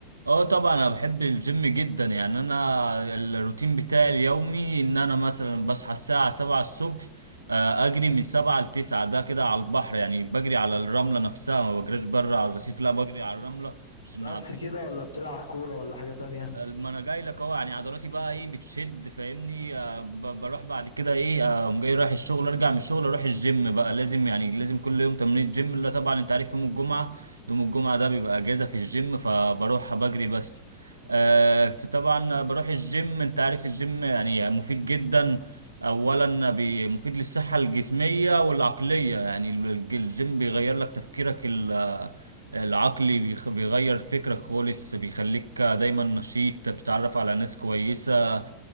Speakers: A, on the right; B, on the left.
A: اه طبعا انا بحب الجيم جدا يعني انا الروتين بتاعي اليومي ان انا مثلا بصحى الساعة سبعة الصبح آه، اجري من سبعة لتسعة ده كده على البحر يعني بجري على الرملة نفسها ما بجريش بره على الرصيف لا بجري على الرملة عشان
B: بس
A: عضلات
B: كده ولا بتلعب كورة ولا حاجة تانية
A: ما انا جاي لك اهو يعني عضلاتي بقى ايه بتشد فاهمني آه، ب- بروح بعد كده ايه آه، اقوم جاي رايح الشغل ارجع من الشغل اروح الجيم بقى لازم يعني لازم كل يوم تمرين الجيم اللي طبعا انت عارف يوم الجمعة يوم الجمعة ده بيبقى اجازة في الجيم فبروح بجري بس آه، فطبعا بروح الجيم انت عارف الجيم يعني مفيد جدا اولا بي- مفيد للصحة الجسمية والعقلية يعني الج- الجيم بيغير لك تفكيرك ال العقلي بيخ- بيغير فكرك خالص بيخليك دايما نشيط بتتعرف على ناس كويسة